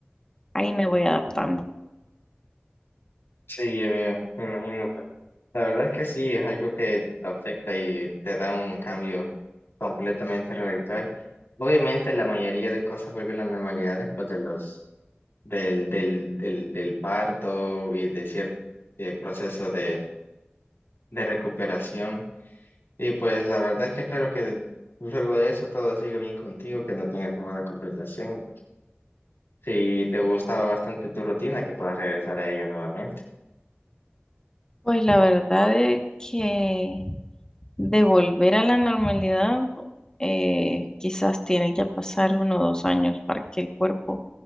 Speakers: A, on the left (about 20°); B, on the left (about 70°).
A: ahí me voy adaptando.
B: Sí, eh, me imagino. pues. La verdad es que sí, es algo que te afecta y te da un cambio completamente radical. Obviamente la mayoría de cosas vuelve a la normalidad después de los del, del, del, del parto y de cierto proceso de, de recuperación. Y pues la verdad es que espero que luego de eso todo siga bien contigo, que no tengas ninguna complicación. Si te gustaba bastante tu rutina, que puedas regresar a ella nuevamente.
A: Pues la verdad es que de volver a la normalidad, eh, quizás tiene que pasar uno o dos años para que el cuerpo